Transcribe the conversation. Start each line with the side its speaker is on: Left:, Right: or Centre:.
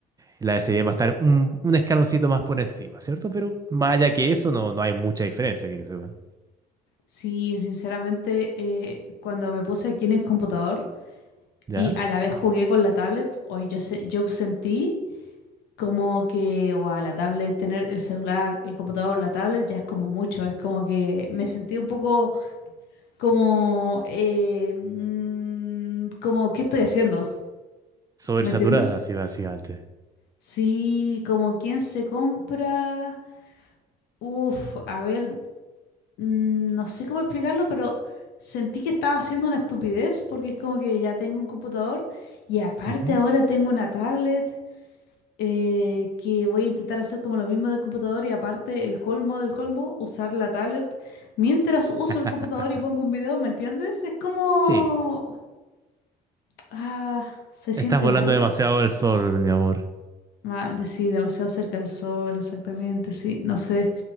Right: la s diez va a estar un, un escaloncito más por encima, ¿cierto? Pero más allá que eso, no, no hay mucha diferencia que yo sepa.
Left: Sí, sinceramente, eh, cuando me puse aquí en el computador
Right: ¿Ya?
Left: y a la vez jugué con la tablet, hoy yo, se- yo sentí como que, a la tablet, tener el celular, el computador, la tablet, ya es como mucho, es como que me sentí un poco como, eh, mm, como, ¿qué estoy haciendo?
Right: Sobresaturada,
Left: ¿Me entiendes?
Right: así básicamente.
Left: Sí, como quien se compra. Uf, a ver, mm, no sé cómo explicarlo, pero sentí que estaba haciendo una estupidez porque es como que ya tengo un computador y aparte
Right: Ujú.
Left: ahora tengo una tablet eh, que voy a intentar hacer como lo mismo del computador y aparte el colmo del colmo, usar la tablet mientras uso
Right: <laughs>
Left: el computador y pongo un video, ¿me entiendes? Es como...
Right: Sí,
Left: Ah, se siente
Right: estás volando
Left: mal.
Right: demasiado el sol, mi amor.
Left: Ah, de- sí, demasiado cerca del sol, exactamente, sí, no sé.